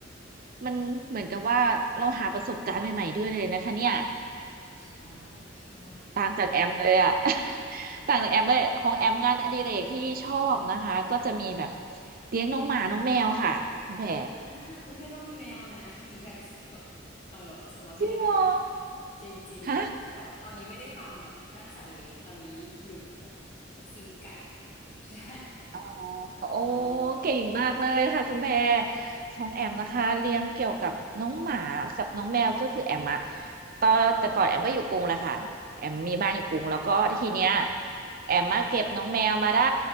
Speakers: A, on the right; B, on the left.
A: มันเหมือนกับว่าเราหาประสบการณ์ใหม่ๆด้วยเลยนะคะเนี่ย
B: ใช่ใช่
A: ต่างจากแอมเลยอะ <laughs> ต่างจากแอมเลยของแอมงานอดิเรกที่ชอบนะคะก็จะมีแบบเลี้ยงน้องหมาน้องแมวค่ะคุณแพร
B: อ่าอุ้ยแพทก็มีแมวนะจริงๆแพทจบเอ่อสัตวแพทย์ด้วยนะ
A: จริงเหรอ
B: จริงๆแต่ว่าตอนนี้ไม่ได้ทำแบบด้านสัตว์เลี้ยงตอนนี้อยู่แบบ
A: ฮะ
B: ซิงไก่ใช่
A: อ๋อโอ้
B: เออ
A: เก่งมากเลยค่ะคุณแพรของแอมนะคะเลี้ยงเกี่ยวกับน้องหมากับน้องแมวก็คือแอมอะตอนแต่ก่อนแอมก็อยู่กรุงแหละค่ะแอมมีบ้านอยู่กรุงแล้วก็ทีเนี้ยแอมมาเก็บน้องแมวมาได้